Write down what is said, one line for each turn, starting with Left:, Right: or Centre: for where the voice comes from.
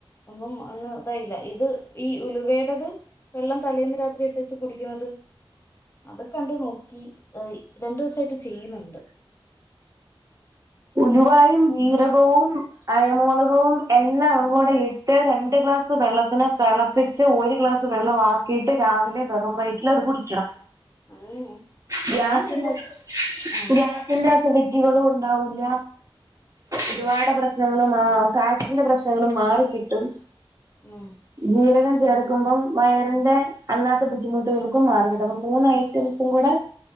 Left: ഒന്നും അങ്ങ് ഇതായില്ല ഇത് ഈ ഉലുവേടത് വെള്ളം തലേന്ന് രാത്രി ഇട്ടെച്ച് കുടിക്കുന്നത് അത് കണ്ടു നോക്കി രണ്ടു ദിസയിട്ട് ചെയ്യുന്നുണ്ട്
Right: ഉലുവായും ജീരകവും അയമോദകവും എല്ലാം അ തുകൂടെ ഇട്ട് രണ്ട് ഗ്ലാസ് വെള്ളത്തിനെ തെളപ്പിച്ച് ഒരു ഗ്ലാസ് വെള്ള ആക്കിട്ട് രാവിലെ വെറും വയറ്റിൽ അത് കുടിക്കണം
Left: അങ്ങനെ
Right: ഗ്യാസിന്റെ
Left: ഞാൻ ചെയ്യുന്നത് ആ
Right: ഗ്യാസിന്റെ സിലിറ്റികളും ഉണ്ടാവൂല്ല ഉലുവാട
Left: ഓ
Right: പ്രശ <unintelligible> ഫാറ്റിൻ്റെ പ്രശ്നങ്ങളും മാറിക്കിട്ടും.
Left: ഉം.
Right: ജീരകം ചേർക്കുമ്പം വയറിന്റെ അല്ലാത്ത ബുദ്ധിമുട്ടുകൾക്കും മാറി കിട്ടും. അപം മൂന്നൈറ്റംസും കൂടെ